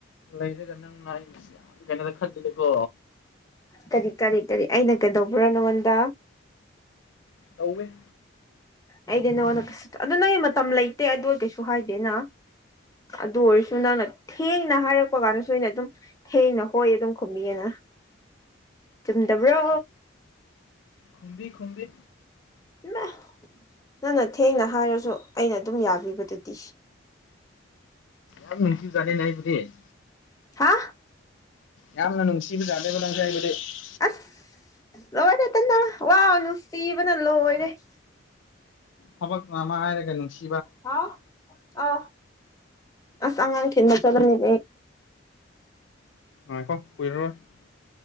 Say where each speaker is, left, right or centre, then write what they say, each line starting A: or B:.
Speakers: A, on the left; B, on the left.
A: ꯂꯩꯔꯒ ꯅꯪꯅ ꯑꯩ__ ꯑꯁ ꯌꯥꯝ ꯀꯩꯅꯣꯗ ꯈꯛꯇꯗꯀꯣ
B: ꯀꯔꯤ ꯀꯔꯤ ꯀꯔꯤ ꯑꯩꯅ ꯀꯩꯗꯧꯕ꯭ꯔꯥ ꯅꯉꯣꯟꯗ
A: ꯇꯧꯋ‌ꯦ
B: ꯑꯩꯗꯤ ꯅꯉꯣꯟꯗ ꯄꯩ ꯑꯗꯨ ꯅꯪꯒꯤ ꯃꯇꯝ ꯂꯩꯇꯦ ꯑꯗꯨ ꯑꯩ ꯀꯩꯁꯨ ꯍꯥꯏꯗꯦꯅ ꯫ ꯑꯗꯨ ꯑꯣꯏꯔꯁꯨ ꯅꯪꯅ ꯊꯦꯡꯅ ꯍꯥꯏꯔꯛꯄ ꯀꯥꯟꯗꯁꯨ ꯑꯩꯅ ꯑꯗꯨꯝ ꯊ‌ꯦꯡꯅ ꯍꯣꯏ ꯑꯗꯨꯝ ꯈꯨꯝꯕꯤꯌ‌ꯦꯅ ꯆꯨꯝꯗꯕ꯭ꯔꯣ?
A: ꯈꯨꯝꯕꯤ ꯈꯨꯝꯕꯤ
B: ꯃꯥ ꯅꯪꯅ ꯊꯦꯡꯅ ꯍꯥꯏꯔꯁꯨ ꯑꯩꯅ ꯑꯗꯨꯝ ꯌꯥꯕꯤꯕꯗꯨꯗꯤ ꯫
A: ꯌꯥꯝ ꯅꯨꯡꯁꯤ ꯖꯥꯠꯅꯤꯅ ꯑꯩꯕꯨꯗꯤ ꯫
B: ꯍꯥ
A: ꯌꯥꯝꯅ ꯅꯨꯡꯁꯤꯕ ꯖꯥꯠꯅ‌ꯣꯕ ꯅꯪꯁ‌‌ꯦ ꯑꯩꯕꯨꯗꯤ ꯫
B: ꯑꯁ ꯂꯣꯏꯔꯦꯇꯅ ꯋꯥꯎ ꯅꯨꯡꯁꯤꯕꯅ ꯂꯣꯏꯔꯦ ꯫
A: ꯊꯕꯛꯅ ꯑꯃ ꯍꯥꯏꯔꯒ ꯅꯨꯡꯁꯤ
B: ꯍꯥꯎ ꯑ‌ꯣ ꯑꯁ ꯑꯉꯥꯡ ꯊꯤꯟꯕ ꯆꯠꯂꯅꯤ ꯉꯩ ꯫
A: ꯉꯥꯏꯈꯣ ꯀꯨꯏꯔꯔ‌ꯣꯏ ꯫